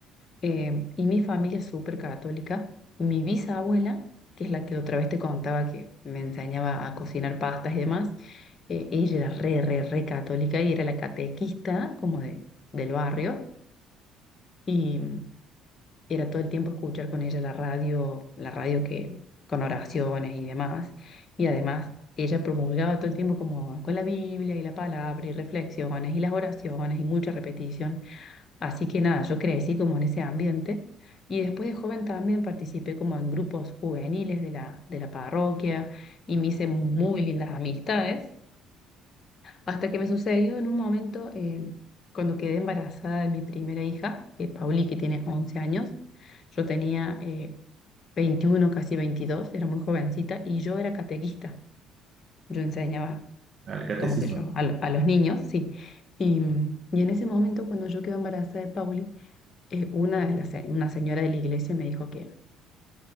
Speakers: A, on the left (about 40°); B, on the right (about 50°).
A: Eh, y mi familia es súper católica. Mi bisabuela, que es la que otra vez te contaba que me enseñaba a cocinar pastas y demás, eh, ella era re, re, re católica y era la catequista como de, del barrio. Y era todo el tiempo escuchar con ella la radio, la radio que con oraciones y demás. Y además ella promulgaba todo el tiempo como con la Biblia y la palabra y reflexiones y las oraciones y mucha repetición. Así que nada, yo crecí como en ese ambiente y después de joven también participé como en grupos juveniles de la, de la parroquia y me hice muy lindas amistades, hasta que me sucedió en un momento eh, cuando quedé embarazada de mi primera hija, que es Pauli, que tiene 11 años, yo tenía eh, 21, casi 22, era muy jovencita y yo era catequista, yo enseñaba
B: Al catecismo,
A: como que yo,
B: ¿no?
A: a, lo- a los niños, sí. Y, y en ese momento, cuando yo quedé embarazada de Pauli, eh, una, de las se- una señora de la iglesia me dijo que,